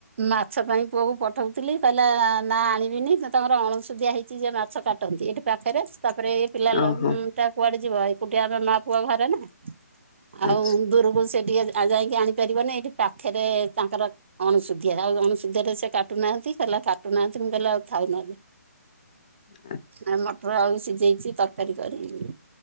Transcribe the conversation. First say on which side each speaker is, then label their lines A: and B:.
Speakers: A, on the right; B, on the left.
A: ମାଛ ପାଇଁ ପୁଅକୁ ପଠୋଉଥିଲି କହିଲା ନା ଆଣିବିନି ତା ତାଙ୍କର ଅଣୁଷୁଧିଆ ହେଇଚି ଯେ ମାଛ କାଟନ୍ତି ଏଇଠି ପାଖରେ ତାପରେ ଏଇ ପିଲା ଲୋକଟା
B: ଓହୋ
A: କୁଆଡେ ଯିବ ଏକୁଟିଆ ଆମେ ମା ପୁଅ ଘରେ ନା। ଆଉ
B: ଆଚ୍ଛା
A: ଦୂରକୁ ସେ ଟିକେ ଆ ଯାଇକି ଆଣିପାରିବନି ଏଇଠି ପାଖରେ ତାଙ୍କର ଅଣଶୁଧିଆ ଆଉ ଅଣଶୁଧିଆ ରେ ସେ କାଟୁନାହାନ୍ତି କହିଲା କାଟୁନାହାନ୍ତି ମୁଁ କହିଲି ଆଉ ଥାଉନହେଲେ।
B: ହୁଁ <inaudible>
A: ଆ ମଟର ଆଳୁ ସିଝେଇଚି ତରକାରୀ କରିବି।